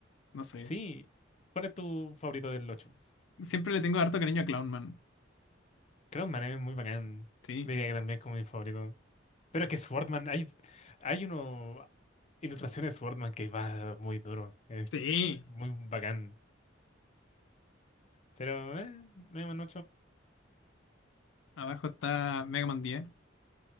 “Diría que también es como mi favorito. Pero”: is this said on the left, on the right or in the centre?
Left